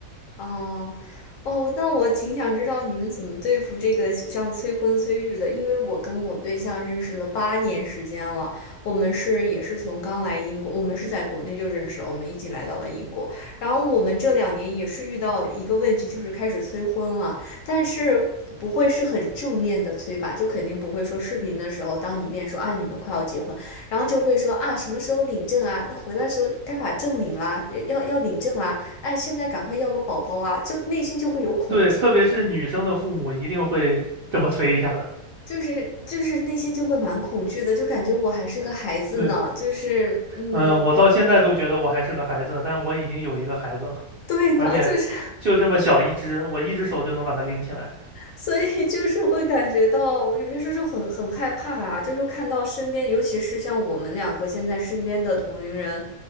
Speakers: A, on the left; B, on the right.
A: 哦，哦，那我挺想知道你们怎么对付这个像催婚催育的，因为我跟我对象认识了八年时间了，我们是也是从刚来英国，我们是在国内就认识了，我们一起来到了英国，然后我们这两年也是遇到一个问题，就是开始催婚了，但是不会是很正面的催吧，就肯定不会说视频的时候当你面说啊你们快要结婚，然后就会说啊什么时候领证啊，那回来的时候该把证领啦，要要领证啦。哎，现在赶快要个宝宝啊，就内心就会有恐惧，
B: 对，特别是女生的父母一定会这么催一下的
A: 就是就是内心就会蛮恐惧的，就感觉我还是个孩子呢，
B: <laughs>。对，
A: 就是嗯，
B: 嗯、呃我到现在都觉得我还是个孩子，但我已经有一个孩子了，
A: 对呢，
B: 而且就这么小一只，
A: 就是
B: 我一只手就能把它拎起来。
A: 所以 <laughs> 就是会感觉到有些时候就很很害怕啊，就是看到身边，尤其是像我们两个现在身边的同龄人，